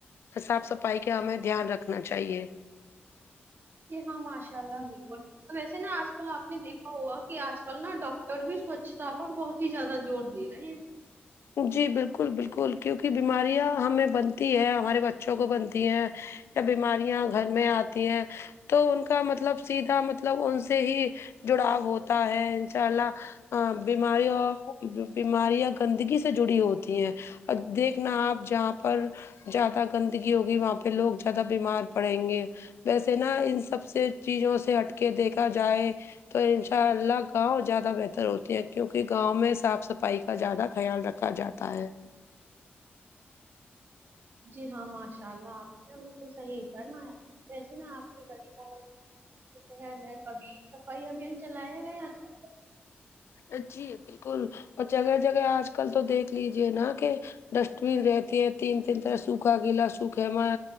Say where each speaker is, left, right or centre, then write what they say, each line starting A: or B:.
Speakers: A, on the left (about 75°); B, on the right (about 55°).
A: صاف صفائی کا ہمیں دھیان رکھنا چاہیے
B: جی ہاں ماشاء اللہ بلکل اب ویسے نا آج کل آپ نے دیکھا ہوا کہ آج کل نا ڈاکٹر بھی سوچھتا پر بہت زیادہ زور دے رہے ہیں
A: جی بلکل بلکل کیونکہ بیماریاں ہمیں بنتی ہیں ہمارے بچوں کو بنتی ہیں بیماریاں گھر میں آتی ہیں تو ان کا مطلب سیدھا مطلب ان سے ہی جڑاؤ ہوتا ہے انشاء اللہ ہاں بیماری اور بیماریاں گندگی سے جڑی ہوتی ہیں اور دیکھنا آپ جہاں پر جیادہ گندگی ہوگی وہاں پہ لوگ جیادہ بیمار پڑیں گے ویسے نا ان سب سے چیزوں سے ہٹ کے دیکھا جائے تو ان شاء اللہ گاؤں جیادہ بہتر ہوتے ہیں کیونکہ گاؤں میں صاف صفائی کا جیادہ خیال رکھ ا جاتا ہے
B: جی ہاں ماشاء اللہ آپ نے بالکل صحیح فرمایا ویسے نا آپ کی گلی بہت شہر میں کبھی صفائی ابھیان چلایا گیا تھا
A: ا جی بالکل اور جگہ جگہ آج کل تو دیکھ لیجیے نا کہ ڈسٹ بین رہتی ہیں تین تین طرح سوکھا گیلا سوکھے میں